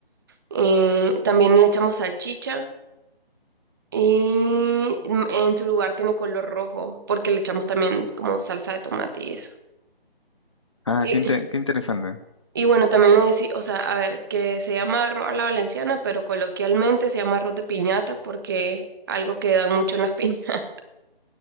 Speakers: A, on the right; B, on the left.
A: Eh, también le echamos salchicha y mm, en su lugar tiene color rojo, porque le echamos también como salsa de tomate y eso.
B: Ah,
A: Y,
B: qué inte- qué interesante.
A: y bueno, también le decía, o sea, a ver, que se llama arroz a la valenciana, pero coloquialmente se llama arroz de piñata porque algo que dan mucho en las piñatas.